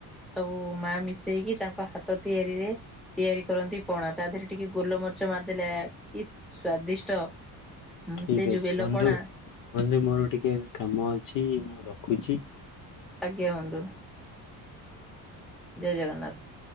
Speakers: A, in the centre; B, on the left.
A: ସବୁ ମା ମିଶେଇକି ତାଙ୍କ ହାତ ତିଆରିରେ ତିଆରି କରନ୍ତି ପଣା ତା ଧେରେ ଟିକେ ଗୋଲମରିଚ ମାରିଦେଲେ କି ସ୍ଵାଦିଷ୍ଟ। ହୁଁ
B: ଠିକ
A: ସେ ଯୋଉ
B: ଅଛି
A: ବେଲପଣା
B: ବନ୍ଧୁ ବନ୍ଧୁ ମୋର ଟିକେ ଏବେ କାମ ଅଛି ମୁଁ ରଖୁଚି।
A: ଆଜ୍ଞା ବନ୍ଧୁ ଜୟ ଜଗନ୍ନାଥ।